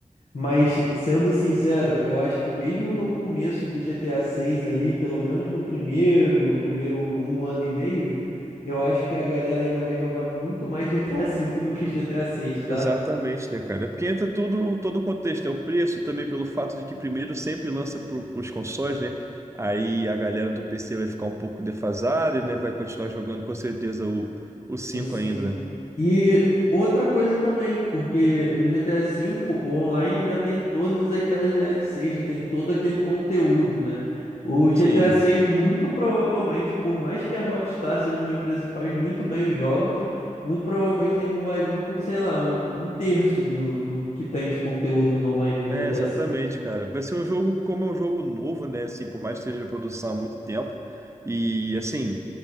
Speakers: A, on the left; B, on the right.
A: Mas, sendo sincero, eu acho que mesmo no começo do GTA 6 ali, pelo menos no primeiro, primeiro um ano e meio, eu acho que a galera ainda vai jogar muito mais GTA 5 do que GTA 6, tá?
B: Exatamente, né, cara? É Porque entra tudo, todo o contexto, né? O preço e também pelo fato de que primeiro sempre lança para os consoles, né? Aí a galera do PC vai ficar um pouco defasada, né? Vai continuar jogando com certeza o, o 5
A: Os cinco.
B: ainda, né?
A: E outra coisa também, porque no GTA V o online já tem todas aquelas DLCs, já tem todo aquele conteúdo, né? O GTA
B: Sim.
A: seis muito provavelmente, por mais que a Rockstar seja uma empresa que faz muito bem os jogos, muito provavelmente ele não vai vir com, sei lá, um, um terço do, do que tem de conteúdo no online no
B: É,
A: GTA
B: exatamente,
A: V.
B: cara. Vai ser um jogo, como é um jogo novo, né? Assim, por mais que esteja em produção há muito tempo. E, assim,